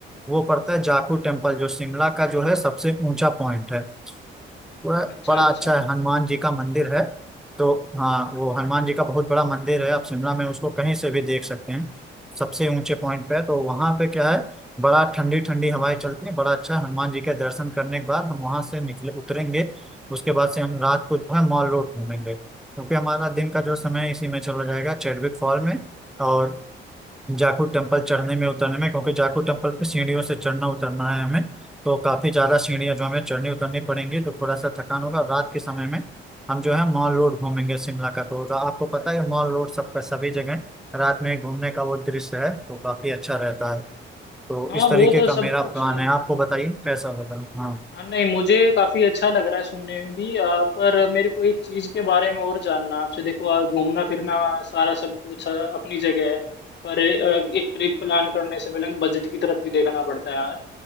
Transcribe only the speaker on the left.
अच्छा
अच्छा
हाँ
वो तो
सब
कुछ
हाँ नहीं मुझे काफी अच्छा लग रहा है सुनने में भी आ, पर मेरे को एक चीज के बारे में और जानना है आपसे देखो आ, घूमना फिरना आ, सारा सब कुछ आ, अपनी जगह है पर आ, एक ट्रिप प्लान करने से पहले बजट की तरफ भी देखना पड़ता है